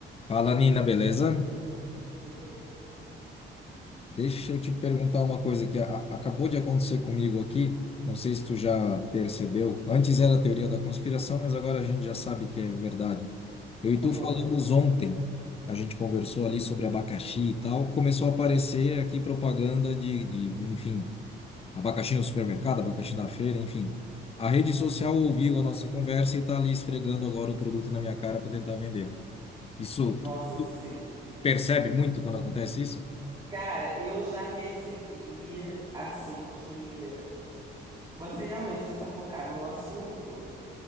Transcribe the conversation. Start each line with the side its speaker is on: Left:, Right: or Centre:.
Left: Fala, Nina, beleza?
Right: Beleza.
Left: Deixa eu te perguntar uma coisa que a- acabou de acontecer comigo aqui. Não sei se tu já percebeu. Antes era a teoria da conspiração, mas agora a gente já sabe que é verdade. Eu e tu
Right: Adoro.
Left: falamos ontem. A gente conversou ali sobre abacaxi e tal. Começou a aparecer aqui propaganda de, de, enfim, abacaxi no supermercado, abacaxi na feira, enfim. A rede social ouviu a nossa conversa e tá ali esfregando agora o produto na minha cara para tentar vender. Isso, tu
Right: Nossa, sim.
Left: percebe muito quando acontece isso?
Right: Cara, eu já percebi, assim, que você realmente, se você está focado no assunto,